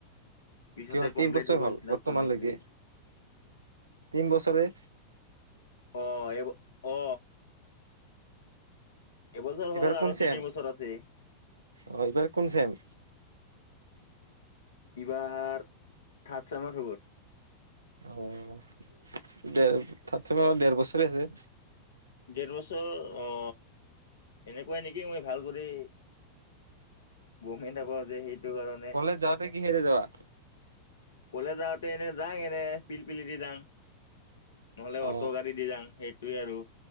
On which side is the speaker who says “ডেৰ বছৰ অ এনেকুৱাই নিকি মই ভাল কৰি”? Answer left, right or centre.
Left